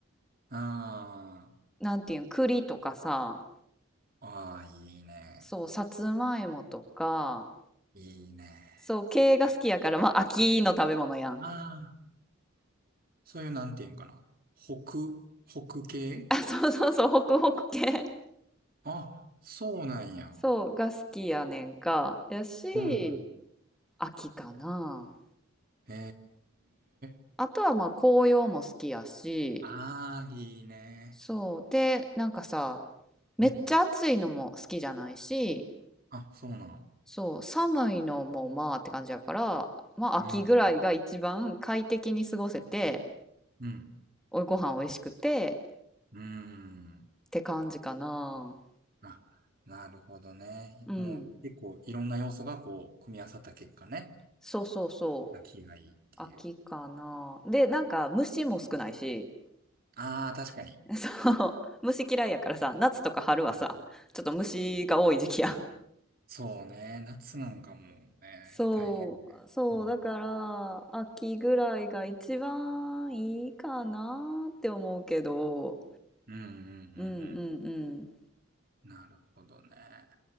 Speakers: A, on the right (about 45°); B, in the centre.
A: あ
B: なんていうん、栗とかさ、
A: あ、ああ、いいね。
B: そう、さつまいもとか、
A: いいね。
B: そう、系が好きやから、まあ秋の食べ物やん。
A: ああ、そういうなんていうんかな。北、北系
B: あ、そうそうそう、ホクホク系。
A: あ、そうなんや。
B: そう、が好きやねんか。やし、
A: うんうん。
B: 秋かな。
A: へえ。
B: あとはまあ紅葉も好きやし、
A: ああ、いいね。
B: そう。で、なんかさ、めっちゃ暑いのも好きじゃないし、
A: うんあ、そうなん。
B: そう、寒いのもまあって感じやから、まあ秋ぐらいが一番快適に過ごせて、
A: うん。うん。
B: おご飯美味しくて
A: うん。
B: って感じかな。
A: あ、なるほどね。
B: うん。
A: もう結構いろんな要素がこう、組み合わさった結果ね。
B: そうそうそう。
A: 秋がいいっていう。
B: 秋かな。で、なんか虫も少ないし、
A: ああ、確かに。
B: <laughs> そう。虫嫌いやからさ、夏とか春はさ、
A: うん。
B: ちょっと虫が多い時期やん。
A: そうね。夏なんかもうね、
B: そう、
A: 大変ね。
B: そう、
A: うん。
B: だから、秋ぐらいが一番いいかなって思うけど、
A: うんうんう
B: うんうんうん。
A: んうん。なるほどね。